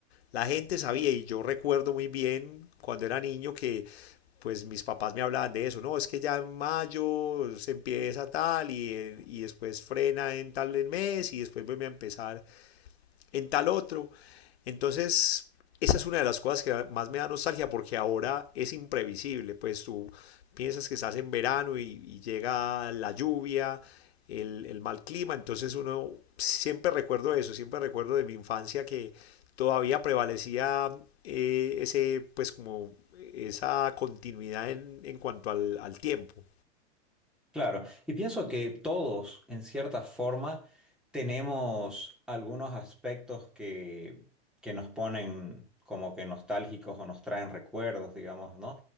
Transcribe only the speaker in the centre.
Claro, y pienso que todos, en cierta forma, tenemos algunos aspectos que, que nos ponen como que nostálgicos o nos traen recuerdos, digamos, ¿no?